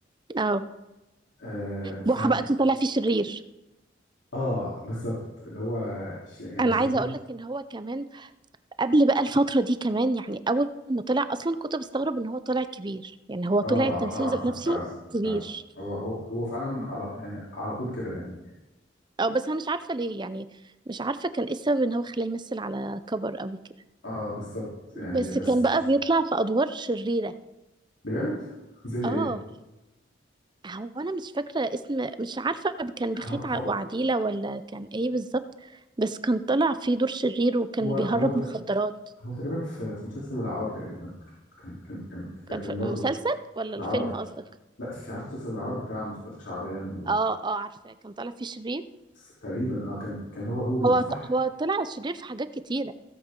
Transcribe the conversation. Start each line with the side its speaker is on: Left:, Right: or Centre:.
Right: اه
Left: آه فاهم
Right: بوحة بقى كان طالع فيه شرير
Left: اه بالظبط اللي هو ش- يعني
Right: انا
Left: شرير
Right: عايزه اقول لك ان هو كمان قبل بقى الفترة دي كمان يعني أول ما طلع أصلا كنت بستغرب إن هو طلع كبير يعني هو
Left: اه
Right: طلع التمثيل
Left: اه
Right: ذات
Left: آه،
Right: نفسه
Left: فعلا
Right: كبير
Left: فعلا هو هو هو فعلا على يعني على طول كده يعني
Right: أو بس أنا مش عارفة ليه يعني مش عارفة كان إيه السبب إن هو خلاه يمثل على كبر أوي كده
Left: اه بالظبط يعني
Right: بس
Left: بس
Right: كان بقى
Left: بس-
Right: بيطلع في أدوار شريرة
Left: بجد زي ايه
Right: آه هو أنا مش فاكرة اسم مش عارفة كان بخيت
Left: هو
Right: ع-
Left: هو
Right: وعديلة ولا كان إيه بالظبط بس كان طلع في دور شرير وكان
Left: هو
Right: بيهرب
Left: هو, ت-
Right: مخدرات
Left: هو تقريبا في في مسلسل العار تقريبا كان كان كان كان
Right: كان
Left: كان
Right: في
Left: برضه
Right: المسلسل ولا
Left: العار
Right: الفيلم قصدك؟
Left: لا مش عارف مسلسل العار بتاع مصطفى شعبان
Right: آه آه عارفة كان طالع فيه شرير
Left: وتقريبا اه كان كان هو ابوهم
Right: هو
Left: صح
Right: هو طلع شرير في حاجات كتيرة